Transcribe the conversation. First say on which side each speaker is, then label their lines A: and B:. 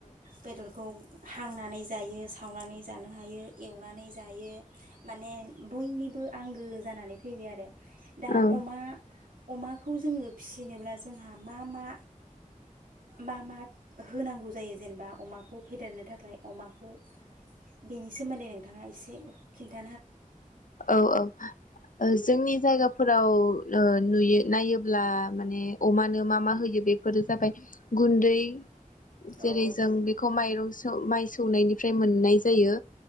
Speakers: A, on the right (about 80°); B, on the left (about 75°).
A: बेदरखौ हांनानै जायो, सावनानै जानो हायो, एवनानै जायो माने बयनिबो आंगो जानानै फैबाय आरो दा
B: औ
A: अमा अमाखौ जोङो फिसिनोब्ला जोंहा मा मा मा मा होनांगौ जायो जेनेबा अमाखौ फेदेरनो थाखाय अमाखौ बेनि सोमोन्दै नोंथाङा एसे खिन्था
B: औ औ जोंनि जायगा फोराव ओ नुयो नायोब्ला माने अमानो मा मा होयो बेफोरो जाबाय गुन्दै जेरै
A: औ औ
B: जों बेखौ माइरं माइ सौनायनिफ्राय मोननाय जायो